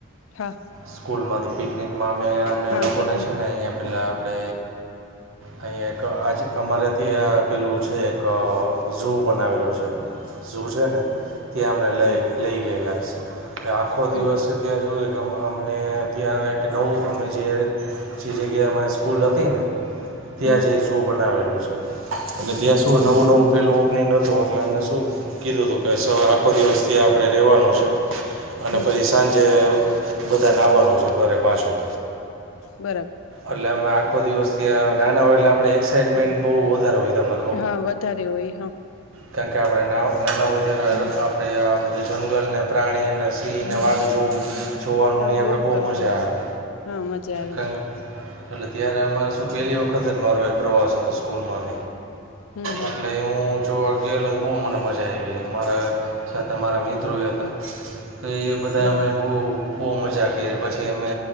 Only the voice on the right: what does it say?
સ્કૂલમાંથી પિકનિકમાં અમે અમને
લોકોને
છે ને અહિયાં પેલા આપણે અહીંયા એક આ જ અમારે ત્યાં આપેલું છે એક ઝુ બનાવેલું છે ઝુ છે ને ત્યાં અમને લઈ
લઈ ગયેલા છે અને આખો દિવસ
ત્યાં શું એક અમને ત્યાં એક નવું અમે જે જે જગ્યામાં સ્કૂલ હતી ને ત્યાં
જ ઝુ બનાવેલું છે એટલે ત્યાં શું નવું નવું પેલું ઓપનિંગ હતું. એટલે અમને શું કીધું હતું કે આખો દિવસથી આપણે રેવાનું છે. અને
પછી સાંજે બધાને આવવાનું છે ઘરે પાછું
એટલે અમે આખો દિવસ ત્યાં નાના હોય એટલે આપડે એક્સાાઈટમેન્ટ બહુ વધારે હોય તમને
કેમ કે આપણે નાના હોય ત્યારે
આપણે આ બધે જંગલને પ્રાણી અને
ને વાઘ જોઉ જોવાનું
નહી આપડે બહુ
મજા
આવે.
કારણ
એટલે ત્યારે અમારે શું પહેલી વખત જ મારો એ પ્રવાસ હતો સ્કૂલમાં
એટલે
<inaudible> જોવા ગયેલો તો બહુ મને મજા આવી મારા સાથે મારા મિત્રો એ હતા તો એ બધા
અમે બહુ બહુ મજા કરી પછી અમે